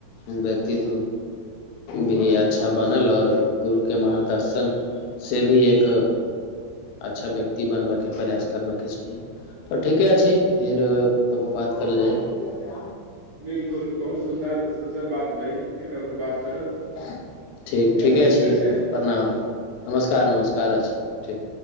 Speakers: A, on the left; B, on the right.
A: व्यक्तित्व भी अच्छा बनल आओर गुरुके मार्गदर्शन से भी एक अच्छा व्यक्ति बनबयके प्रयास करबयके चाही‌ तऽ ठीके छी फिर तब बात करल जाय
B: बिलकुल बहुत सुन्दर सुन्दर बात भेलहि फिर कखनो बात करब
A: <inaudible> ठीक
B: चलू
A: ठीके
B: ठीक
A: छी
B: अछि
A: प्रणाम नमस्कार नमस्कार अछि ठीक